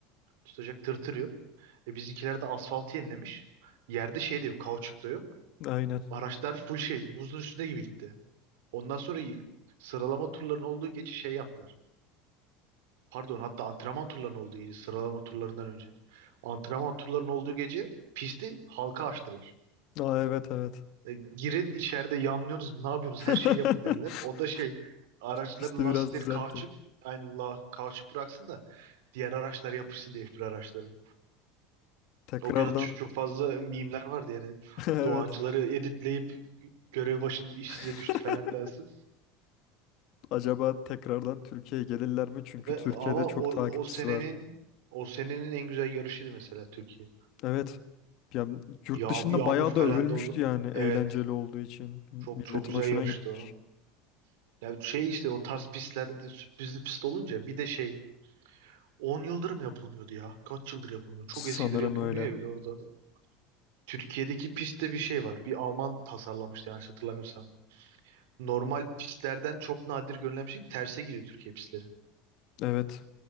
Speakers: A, on the right; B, on the left.
A: Tutacak tırtır yok. E bizimkiler de asfaltı yenilemiş. Yerde şey de yok. Kauçuk da yok.
B: Aynen.
A: Araçlar full şey buzun üstüne gibi gitti. Ondan sonra y- sıralama turlarının olduğu gece şey yaptılar. Pardon hatta antrenman turlarının olduğu gece sıralama turlarından önce. Antrenman turlarının olduğu gece pisti halka açtılar.
B: Aa, evet evet.
A: E, girin içeride yanlıyorsunuz ne yapıyorsunuz
B: <laughs>
A: her şeyi yapın dediler. O da şey araçların
B: Pisti
A: lastikleri
B: biraz düzeltin.
A: kauçuk aynı la, kauçuk bıraksın da diğer araçlar yapışsın diye F1 araçları.
B: Tekrardan
A: O gün atış çok fazla mimler vardı yani.
B: <laughs> evet.
A: Doğancıları editleyip görev başında iş size
B: <laughs>
A: düştü falan tersi.
B: Acaba tekrardan Türkiye'ye gelirler mi? Çünkü
A: Ve
B: Türkiye'de
A: ama
B: çok
A: o,
B: takipçisi
A: o senenin
B: var.
A: o senenin en güzel yarışıydı mesela Türkiye.
B: Evet. Ya yurt
A: Ya-
B: dışında
A: yağmur
B: bayağı
A: falan
B: da övülmüştü
A: da oldu.
B: yani eğlenceli
A: Evet.
B: olduğu için. Milletin
A: Çok çok güzel
B: hoşuna
A: yarıştı
B: gitti.
A: o. Ya şey işte o tarz pistlerde sürprizli pist olunca bir de şey 10 yıldır mı yapılmıyordu ya? Kaç yıldır yapılmıyor? Çok
B: Sanırım
A: eskidir yapılmıyor
B: öyle.
A: ya bir de orada. Türkiye'deki pistte bir şey var. Bir Alman tasarlamıştı yanlış hatırlamıyorsam. Normal pistlerden çok nadir görülen bir şey. Terse gidiyor Türkiye pistleri.
B: Evet.